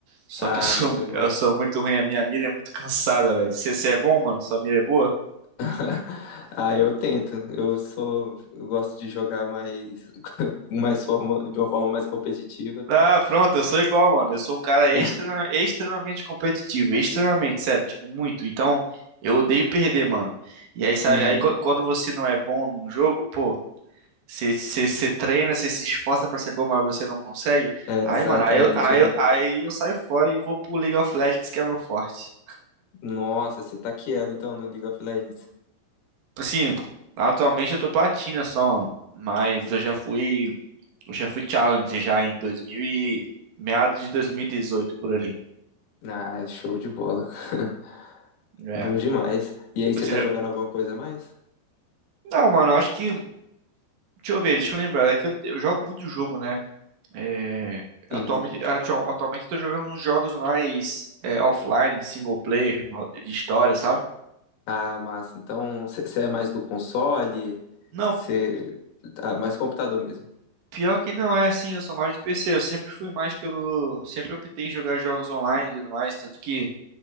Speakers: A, on the right (about 85°); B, on the left (about 65°).
A: só
B: Ah,
A: que eu sou,
B: mas eu
A: <laughs>
B: gosto.
A: eu sou muito ruim. A minha mira é muito cansada, velho. Você é bom, mano? Sua mira é boa?
B: <laughs> Ah, eu tento. Eu sou, eu gosto de jogar mais, <laughs> mais forma, de uma forma mais competitiva.
A: Ah, pronto, eu sou igual, mano. Eu sou um cara extra,
B: <laughs>
A: extremamente competitivo, extremamente, sério, tipo, muito. Então, eu odeio perder, mano. E aí, sabe,
B: Uhum.
A: aí qu- quando você não é bom num jogo, pô, você você- você treina, você se esforça pra ser bom, mas você não consegue.
B: É,
A: Aí,
B: exatamente.
A: mano, aí eu, aí
B: É ruim.
A: eu, aí eu saio fora e vou pro League of Legends, que é meu forte.
B: Nossa, você tá quielo então no League of Legends.
A: Assim, atualmente eu tô platina só, mano. Mas eu já fui, eu já fui challenge já em 2000 e meados de 2018 por ali.
B: Ah, show de bola. <laughs>
A: É.
B: Bom demais. E aí,
A: Você
B: você tá
A: já-
B: jogando alguma coisa a mais?
A: Não, mano, eu acho que. Deixa eu ver, deixa eu lembrar. É que eu, eu jogo muito jogo, né? É, atualmente,
B: Sim.
A: atu- atualmente eu tô jogando uns jogos mais é, offline, single player, mal- de história, sabe?
B: Ah, massa. Então, você é mais do console?
A: Não,
B: Você. Ah, mais computador mesmo.
A: pior que não é assim, eu sou mais do PC. Eu sempre fui mais pelo. Sempre optei em jogar jogos online e tudo mais, tanto que